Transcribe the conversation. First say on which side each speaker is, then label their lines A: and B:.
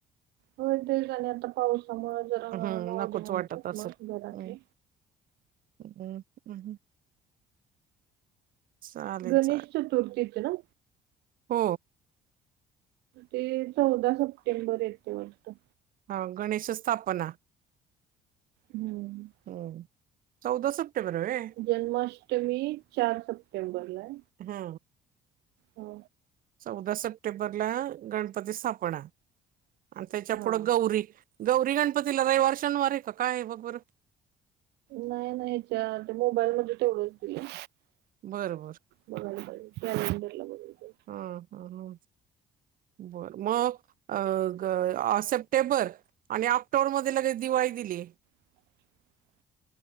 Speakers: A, on the right; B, on the right.
A: हो तेच आणि आता पावसामुळे जरा
B: हम्म
A: राहूदे
B: नकोच
A: म्हणले
B: वाटत असेल.
A: मग घरातले
B: हम्म <unintelligible> चालेल,
A: गणेश
B: चालेल
A: चतुर्थीच ना
B: हो
A: ते चौदा सप्टेंबर येत वाटत
B: हा गणेश स्थापना
A: हम्म
B: हम्म चौदा सप्टेंबर वै
A: जन्माष्टमी चार सप्टेंबर लाय
B: हा
A: हो
B: चौदा सप्टेंबरला गणपती स्थापना आणि त्याच्या
A: हा
B: पुढं गौरी गौरी गणपतीला रविवर, शनिवार हाय का काय बघ बरं?
A: नाही, नाही च्या ते मोबाईल मध्ये तेवढच दिलंय
B: बर, बर
A: बघायला पाहिजे कॅलेंडरला बघायला पाहिजे
B: हा ह, ह बरं मग अ ग सप्टेंबर आणि ऑक्टोबर मध्ये लगे दिवाळी दिलीय
A: <unintelligible>